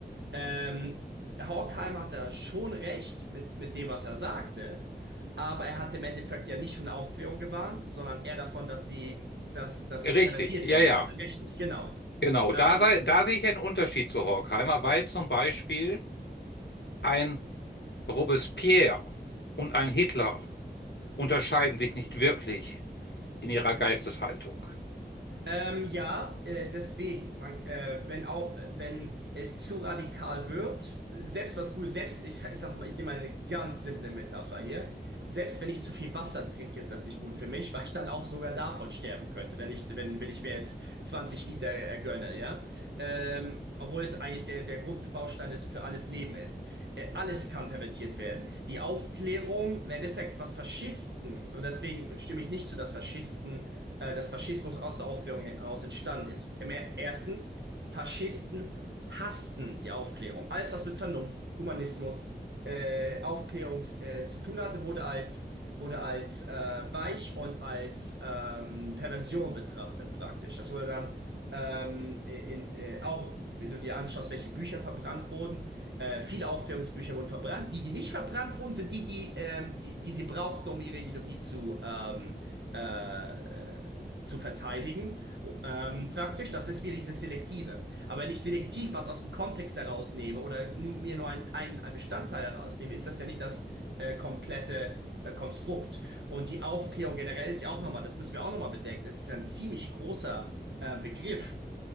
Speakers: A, on the right; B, on the left.
A: Ähm, Horkheimer hat da schon recht mit, mit dem, was er sagte, aber er hat im Endeffekt ja nicht von der Aufklärung gewarnt, sondern eher davon, dass sie, dass, dass
B: Richtig,
A: sie pervertiert
B: ja,
A: werden
B: ja,
A: könnte. Richtig, genau.
B: genau.
A: Ähm,
B: Da, sei, da sehe ich einen Unterschied zu Horkheimer, weil zum Beispiel ein Robespierre und ein Hitler unterscheiden sich nicht wirklich in ihrer Geisteshaltung.
A: Ähm, ja, äh, deswegen, man, äh, wenn auch, wenn es zu radikal wird, selbst was gut, selbst, ich, sag- ich sag mal, ich nehme mal eine ganz simple Metapher hier, selbst wenn ich zu viel Wasser trinke, ist das nicht gut für mich, weil ich dann auch sogar davon sterben könnte, wenn ich, wenn, wenn ich mir jetzt 20 Liter äh, gönne, ja, ähm, obwohl es eigentlich der, der Grundbaustein ist für alles Leben ist. Äh, Alles kann pervertiert werden. Die Aufklärung, im Endeffekt, was Faschisten, und deswegen stimme ich nicht zu, dass Faschisten äh, dass Faschismus aus der Aufklärung heraus entstanden ist. Erstens, Faschisten hassten die Aufklärung. Alles, was mit Vernunft, Humanismus, äh, Aufklärung äh, zu tun hatte, wurde als, wurde als äh, weich und als ähm, Perversion betrachtet praktisch. Das wurde dann ähm, in, äh, auch, wenn du dir anschaust, welche Bücher verbrannt wurden, äh, viele Aufklärungsbücher wurden verbrannt. Die, die nicht verbrannt wurden, sind die, die, ähm, die, die sie brauchten, um ihre Ideologie zu, ähm, äh, äh, zu verteidigen, ähm, praktisch. Das ist wieder dieses Selektive. Aber wenn ich selektiv was aus dem Kontext herausnehme oder nu- mir nur ein, ein, ein Bestandteil herausnehme, ist das ja nicht das äh, komplette äh, Konstrukt. Und die Aufklärung generell ist ja auch nochmal, das müssen wir auch nochmal bedenken, es ist ja ein ziemlich großer äh, Begriff